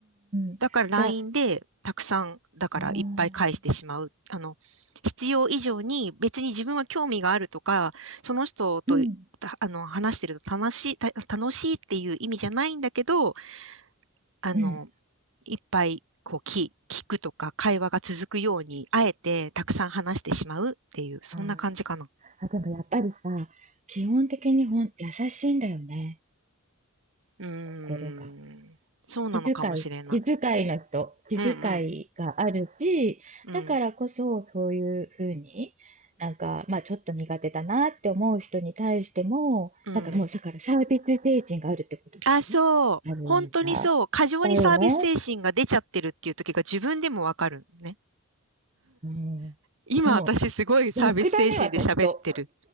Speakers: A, on the right (about 35°); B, on the right (about 65°).
A: ん。
B: だから LINE
A: じゃあ、
B: でたくさん、だからいっぱい返してしまう。
A: うーん。
B: あの、必要以上に別に自分は興味があるとか、その人と
A: うん、
B: あの、話してると楽しい、た楽しいっていう意味じゃないんだけど、あの、
A: うん。
B: いっぱいこう聞聞くとか会話が続くように、あえてたくさん話してしまうっていう、そんな感じかな。
A: あーあ、でもやっぱりさ、基本的にほん、優しいんだよね、
B: うーん。
A: 心が。
B: そうなのかもしれない。
A: 気遣い、気遣いの人、気遣いがあるし、
B: うんうん。
A: だからこそそういうふうに、なんか、まあちょっと苦手だなって思う人に対しても、
B: うん。うん。
A: なんかもうだからサービス精神があるってことでしょ
B: あ、そう。
A: ある意味さ。
B: 本当にそう。過剰にサービス精神が出ちゃってるっていう時が自分でもわかるね。
A: だよね。うん。
B: 今私すごいサービス精神で喋ってる。
A: もう、楽だね、私と。